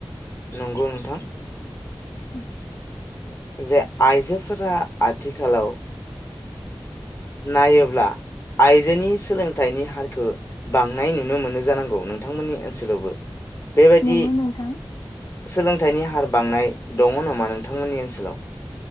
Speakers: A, on the left (about 30°); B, on the left (about 65°).
A: नंगौ नोंथां
B: उ
A: जे आइजोफोरा आथिखालाव नायोब्ला आइजोनि सोलोंथाइनि हारखौ बांनाय नुनो मोनो जानांगौ नोंथांमोननि ओनसोलावबो बेबायदि
B: नंगौ नोंथां।
A: सोलोंथाइनि हार बांनाय दङ नामा नोंथांमोननि ओनसोलाव?